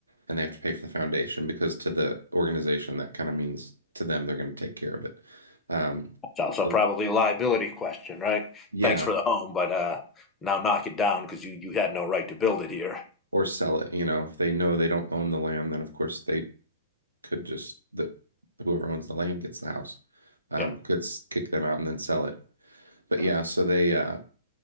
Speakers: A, on the right; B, on the left.
A: and they have to pay for the foundation because to the organization, that kind of means to them they're going to take care of it. Um,
B: it's also
A: so,
B: probably a liability question, right?
A: yeah,
B: Thanks for the home, but uh, now knock it down because you, you had no right to build it here.
A: or sell it. You know, if they know they don't own the land, then of course they could just the whoever owns the land gets the house um,
B: Yeah,
A: could s- kick them out and then sell it. But
B: yeah.
A: yeah, so they uh,